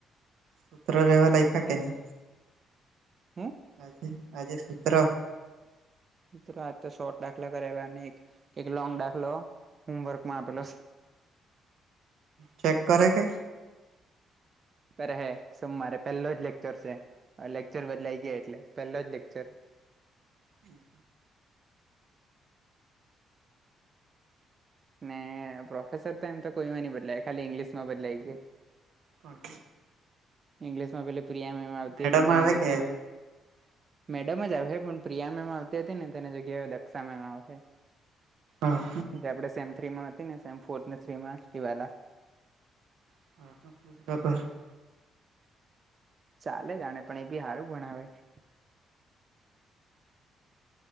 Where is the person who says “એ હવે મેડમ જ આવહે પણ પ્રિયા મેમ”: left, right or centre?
Right